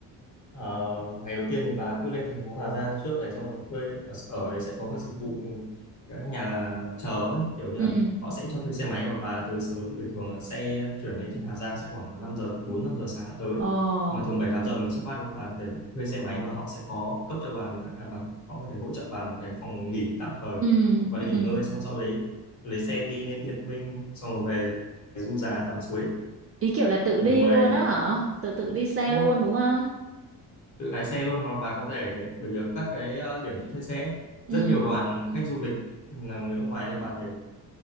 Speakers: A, on the left; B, on the right.
A: ờ, ngày đầu tiên thì bà cứ lên thành phố Hà Giang trước đấy xong rồi thuê ở, ở đấy sẽ có các dịch vụ các nhà chờ ấy, kiểu như
B: ừ
A: là họ sẽ cho thuê xe máy và bà tới sớm bởi thường là xe chuyển lên trên Hà Giang sẽ khoảng 5 giờ 4 5 giờ sáng đã tới
B: ồ
A: mà thường 7 8 giờ mình xuất phát rồi bà có thể thuê xe máy và họ sẽ có cấp cho bà một cái à, bà, họ có thể hỗ trợ bà một cái phòng nghỉ tạm thời
B: ừ
A: và để nghỉ
B: ừ
A: ngơi xong sau đấy lấy xe đi lên Yên Minh xong rồi về du già tắm suối
B: ý kiểu là tự
A: Bởi
B: đi
A: mùa này
B: luôn á hả tự tự đi xe
A: cũng
B: luôn đúng không
A: tự lái xe luôn hoặc là bà có thể bởi vì các cái ờ, điểm cho thuê xe ấy,
B: ừ
A: rất nhiều đoàn khách du lịch là người nước ngoài nên bà thể